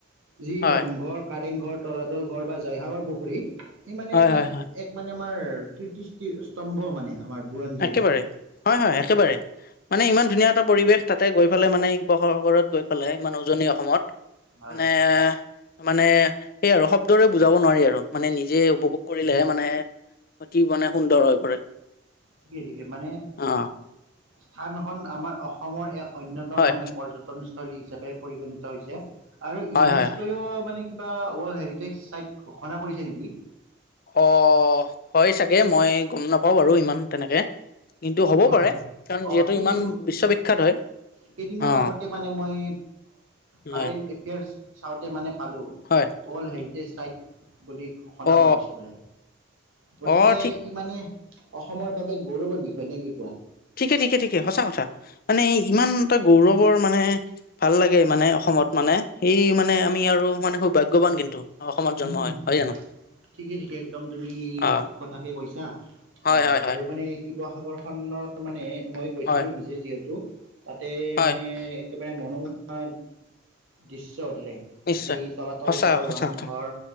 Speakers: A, on the right; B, on the left.
A: যি
B: হয়
A: ৰংঘৰ-কাৰেংঘৰ। তলাতল ঘৰ বা জয়সাৱৰ পুখুৰিত এই মানে,
B: হয় হয় হয়
A: এক মানে আমাৰ, কীৰ্তি স্তম্ভ মানে। আমাৰ বুৰঞ্জীৰ
B: একেবাৰে হয়, হয়, একেবাৰে। মানে ইমান ধুনীয়া এটা পৰিৱেশ তাতে গৈ পালে, মানে শিৱসাগৰত গৈ ফালে, উজনি অসমত
A: হয়
B: মানে মানে সেই আৰু শব্দৰে বুজাব নোৱাৰি আৰু মানে নিজে উপভোগ কৰিলেহে মানে অতি মানে সুন্দৰ হৈ পৰে।
A: ঠিকে ঠিকে মানে
B: অ।
A: স্থানখন আমাৰ অসমৰ এক অন্যতম
B: হয়
A: মানে পৰ্যটন চলী হিচাপে পৰিগণিত হৈছে আৰু ইউনেস্কোও
B: হয় হয় হয়
A: মানে কিবা ৱৰ্ল্ড হেৰিটেজ চাইট ঘোষণা কৰিছে নেকি?
B: অ হয় চাগে মই গম নাপাও বাৰু ইমান তেনেকে। কিন্তু হ'ব
A: হয়
B: পাৰে
A: হয়।
B: কাৰণ
A: অ
B: যিহেতু
A: কেইদিন
B: ইমান বিশ্ববিখ্যাত হয়।
A: কেইদিনমান
B: অ
A: আগতে মানে মই কাৰেণ্ট
B: হয়
A: এফেয়াৰ্চ চাওঁতে মানে পালো।
B: হয়।
A: ৱৰ্ল্ড হেৰিটেজ চাইট বুলি ঘোষণা
B: অ
A: কৰি দিছে বোলে, গতিকে
B: অ
A: ই
B: ঠিক
A: মানে অসমৰ বাবে গৌৰৱৰ বিষয় নে কি কোৱা।
B: ঠিকে ঠিকে ঠিকে সঁচা কথা মানে ইমান এটা গৌৰৱৰ মানে ভাল লাগে মানে অসমত মানে সেই মানে আমি আৰু মানে সু - ভাগ্যৱান কিন্তু। অসমত জন্ম
A: উম
B: হয়
A: উম
B: হয় জানো।
A: ঠিকে ঠিকে, একদম তুমি সঠিক
B: অ
A: কথাকে কৈছা
B: হয় হয়
A: আৰু
B: হয়
A: মানে শিৱসাগৰখনৰ মানে মই গৈছিলোঁ
B: হয়
A: নিজে যিহেতু, তাতে
B: হয়
A: মানে একেবাৰে মনোমোহা দৃশ্য তাৰে,
B: নিশ্চয়
A: যি তলাতল
B: সঁচা
A: ভৰ
B: সঁচা
A: ৰং
B: কথা
A: ঘৰ।